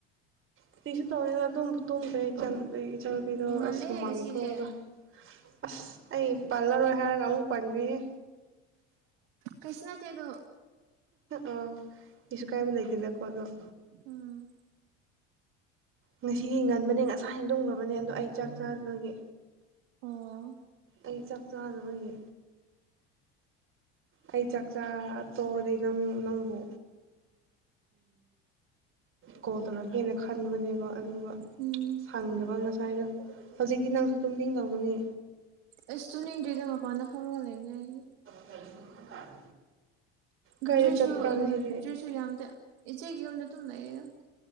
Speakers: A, on the right; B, on the right.
A: ꯑꯗꯨꯤꯁꯨ ꯇꯧꯅꯤꯅ ꯇꯨꯝꯗ꯭ꯔꯦ ꯏꯆ ꯏꯆꯜꯅꯨꯄꯤꯗꯣ
B: ꯉꯜꯂꯦꯍꯦ
A: ꯑꯁ ꯁꯨꯃꯥꯡꯊꯣꯛꯑꯒ
B: ꯉꯁꯤꯗꯤ
A: ꯑꯁ ꯑꯩ ꯄꯜꯂꯔꯣꯏ ꯍꯥꯏꯔꯒ ꯑꯃꯨꯛ ꯄꯥꯟꯈꯦꯍꯦ
B: ꯀ꯭ꯁꯅ ꯇꯦ ꯑꯗꯨ
A: ꯑ ꯀꯁꯨ ꯀꯥꯏꯕ ꯂꯩꯇꯦꯅꯀꯣ ꯑꯗꯩ
B: ꯎꯝ
A: ꯉꯁꯤꯗꯤ ꯍꯡꯒꯟꯕꯅꯦ ꯉꯁꯥ ꯍꯦꯟꯗꯝꯈ꯭ꯔꯕꯅꯦ ꯑꯗꯣ ꯑꯩ ꯆꯥꯛ ꯆꯥꯖꯕꯒꯤ
B: ꯑꯣ
A: ꯑꯩ ꯆꯥꯛ ꯆꯥꯗꯕꯣꯏꯒꯤ ꯑꯩ ꯆꯥꯛꯆꯥꯥ ꯇꯣꯛꯑꯗꯤ ꯅꯪ ꯅꯪꯕꯨ ꯀꯣꯜ ꯇꯧꯔꯛꯀꯦꯅ ꯈꯟꯕꯅꯦꯕ ꯑꯗꯨꯒ
B: ꯎꯝ
A: ꯐꯪꯗꯕ ꯉꯁꯥꯏꯗꯣ ꯍꯧꯖꯤꯛꯇꯤ ꯅꯪꯁꯨ ꯇꯨꯝꯅꯤꯡ ꯀꯧꯅꯤ
B: ꯑꯁ ꯇꯨ ꯗꯔꯤꯗ ꯃꯄꯥꯟꯗ ꯐꯝꯃꯒ ꯂꯩꯅꯦ ꯑꯩ
A: <unintelligible> ꯀꯥꯏꯗ
B: ꯕꯤꯇ꯭ꯔꯤꯁꯨ
A: ꯆꯠꯄ꯭ꯔꯥ ꯉꯁꯤꯗꯤ
B: ꯕꯤꯇꯔꯤꯁꯨ ꯌꯥꯝꯗ ꯏꯆꯦꯒꯤ ꯅ ꯇꯝ ꯂꯩꯌꯦ